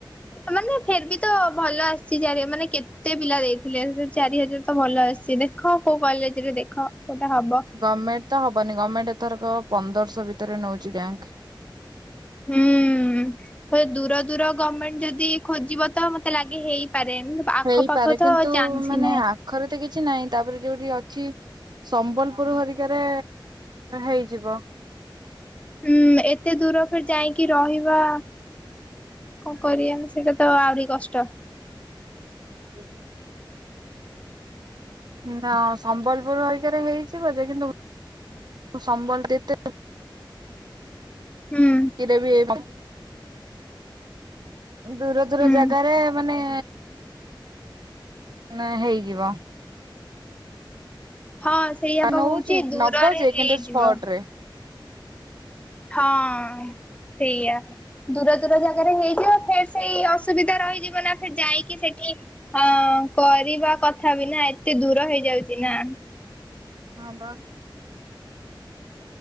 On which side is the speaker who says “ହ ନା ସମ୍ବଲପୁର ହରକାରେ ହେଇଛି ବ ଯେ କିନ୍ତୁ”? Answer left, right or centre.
Right